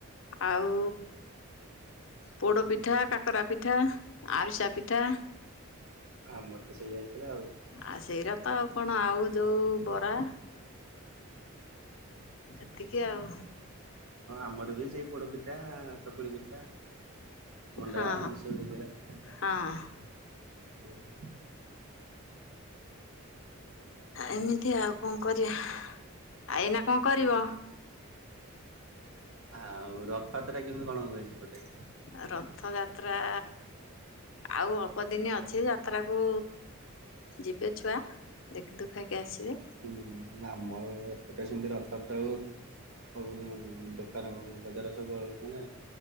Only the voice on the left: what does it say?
ଆଉ ପୋଡ ପିଠା, କାକରା ପିଠା, ଆରିସା ପିଠା
ଆଉ ସେଇରା ତ ଆଉ କଣ, ଆଉ ଯୋଉ ବରା। ଏତିକି ଆଉ।
ହଁ
ହଁ।
ଏମିତି ଆଉ କଣ କରିବା, ଆ ଏଇନା କଣ କରିବ?
ଆ ରଥଯାତ୍ରା ଆଉ ଅଳ୍ପ ଦିନ ଅଛି, ଯାତ୍ରାକୁ ଯିବେ ଛୁଆ। ଦେଖି ଦୁଖାକି ଆସିବେ।